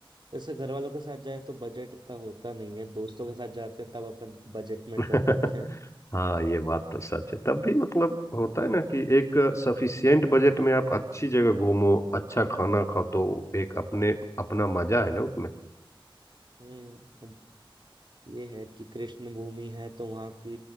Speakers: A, on the right (about 55°); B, on the left (about 35°).
A: वैसे घर वालों के साथ जाए तो बजट इतना होता नहीं है दोस्तों के साथ जाते हैं तब अपन बजट में
B: <laughs>
A: मतलब करते हैं
B: हाँ ये बात तो सच है तब भी मतलब होता है ना कि एक सफिशियंट बजट में आप अच्छी जगह घूमो अच्छा खाना खाओ तो एक अपने अपना मजा है ना उसमें
A: हम्म अब ये है कि कृष्ण भूमि है तो वहाँ की